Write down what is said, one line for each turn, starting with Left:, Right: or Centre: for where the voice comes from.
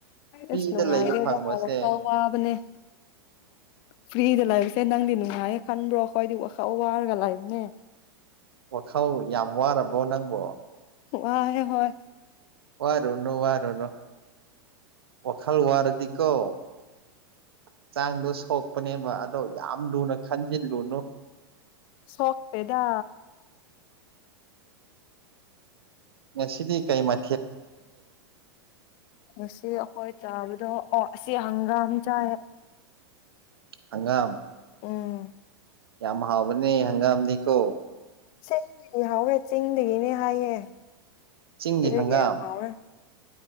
Right: ꯐ꯭ꯔꯤꯗ
Left: ꯑꯁ ꯅꯨꯡꯉꯥꯏꯔꯦꯗꯥꯎ
Right: ꯂꯩꯕ ꯐꯪꯕꯁꯦ
Left: ꯋꯥꯕꯅꯦ <inaudible> ꯐ꯭ꯔꯤꯗ ꯂꯩꯕꯁꯦ ꯅꯪꯗꯤ ꯅꯨꯡꯉꯥꯏꯌꯦ ꯈꯟꯕ꯭ꯔꯣ ꯑꯩꯈꯣꯏꯗꯤ ꯋꯥꯔꯒ ꯂꯥꯛꯕꯅꯦ
Right: ꯋꯥꯈꯧ ꯌꯥꯝ ꯋꯥꯔꯕꯣ ꯅꯪꯕꯣ
Left: ꯋꯥ ꯍꯦ ꯍꯣꯏ
Right: ꯋꯥꯔꯨꯅꯣ ꯋꯥꯔꯅꯣ ꯋꯥꯈꯜ ꯋꯥꯔꯗꯤ ꯀꯣ ꯍꯛꯆꯥꯡꯗꯣ ꯁꯣꯛꯄꯅꯦꯕ ꯑꯗꯣ ꯌꯥꯝ ꯂꯨꯅ ꯈꯟꯖꯤꯜꯂꯨꯅꯨ
Left: ꯁꯣꯛꯇꯦꯗꯥ
Right: ꯁꯤꯗꯤ ꯀꯩ ꯃꯥ
Left: ꯉꯁꯤ ꯑꯩꯈꯣꯏ ꯆꯥꯕꯗꯣ ꯑꯣ ꯑꯁꯤ ꯍꯪꯒꯥꯝ ꯆ
Right: ꯍꯪꯒꯥꯝ
Left: ꯎꯝ
Right: ꯌꯥꯝ ꯍꯥꯎꯕꯅꯦ ꯍꯪꯒꯥꯝꯗꯤꯀꯣ
Left: ꯆꯦꯡꯗꯒꯤ ꯍꯧꯥꯎꯋꯦ ꯆꯤꯡꯗꯒꯤꯅꯦ ꯍꯥꯏꯌꯦꯦ
Right: ꯆꯤꯡꯒꯤ
Left: ꯑꯗꯨꯒꯦꯝ
Right: ꯍꯪꯒꯥꯝ
Left: ꯍ ꯍꯣꯏ